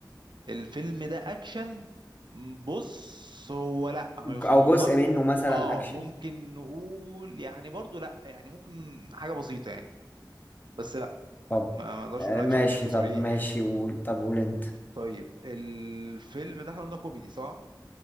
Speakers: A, on the right (about 75°); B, on the left (about 25°).
A: الفيلم ده أكشن بص هو لا ما
B: ج-
A: يصنف
B: او جزء منه مثلا
A: اه
B: اكشن
A: ممكن نقول يعني برضو لا يعني ممكن حاجة بسيطة يعني بس لا
B: طب
A: ما ما نقدرش
B: آه
A: نقول أكشن
B: ماشي
A: بشكل
B: طب
A: صريح
B: ماشي
A: يعني
B: قول طب قول انت
A: طيب الفيلم ده احنا قلنا كوميدي صح؟